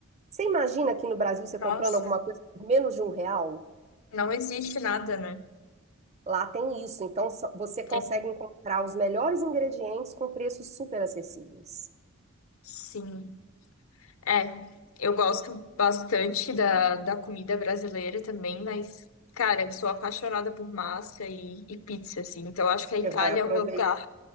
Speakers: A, on the right; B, on the left.
A: Você imagina aqui no Brasil você
B: Nossa,
A: comprando alguma coisa por menos de um real?
B: não existe nada, né?
A: Lá tem isso, então so- você consegue
B: Tem.
A: encontrar os melhores ingredientes com preços super acessíveis.
B: Sim. É, eu gosto bastante da, da comida brasileira também, mas, cara, eu sou apaixonada por massa e, e pizza, assim. Então, eu acho que a Itália
A: Você vai
B: é o meu lugar.